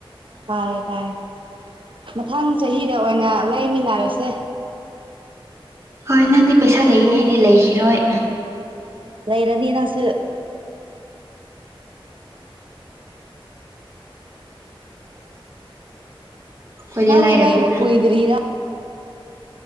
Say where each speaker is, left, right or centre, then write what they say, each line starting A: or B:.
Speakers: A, on the right (about 60°); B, on the right (about 30°).
A: ꯇꯥꯔꯦ ꯇꯥꯔꯦ ꯃꯊꯪ ꯆꯍꯤꯗ ꯑꯣꯏꯅ ꯂꯩꯃꯤꯟꯅꯔꯁꯦ꯫
B: ꯍꯣꯏ ꯅꯪꯗꯤ ꯄꯩꯁꯥ ꯂꯩꯒꯅꯤ ꯑꯩꯗꯤ ꯂꯩꯈꯤꯔꯣꯏ꯫
A: ꯂꯥꯏꯔꯅꯤ ꯅꯪꯁꯨ꯫
B: ꯑꯩꯈꯣꯏꯗꯤ
A: ꯅꯪꯗꯤ
B: ꯂꯥꯏꯔꯕꯅꯤꯅ
A: ꯂꯩꯕ ꯀꯨꯏꯗ꯭ꯔꯤꯔ